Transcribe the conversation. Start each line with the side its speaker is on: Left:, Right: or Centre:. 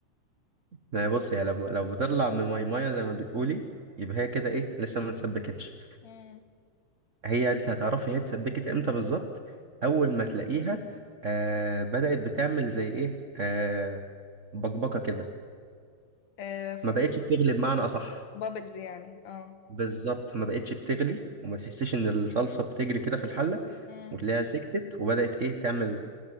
Right: ما هي بصي يعني لو لو بتطلع من ماي مايه زي ما بتقولي يبقى هي كده ايه لسه ما اتسبكتش
Left: مم.
Right: هي انت هتعرفي هي اتسبكت امتى بالظبط اول ما تلاقيها آه بدأت بتعمل زي ايه آه بقبقه كده
Left: آه، ف-
Right: ما بقتش بتغلب معنى اصح
Left: بابلز يعني اه
Right: بالظبط ما بقتش بتغلي وما تحسش ان الصلصه بتجري كده في الحله
Left: مم.
Right: وتلاقيها سكتت وبدات ايه تعمل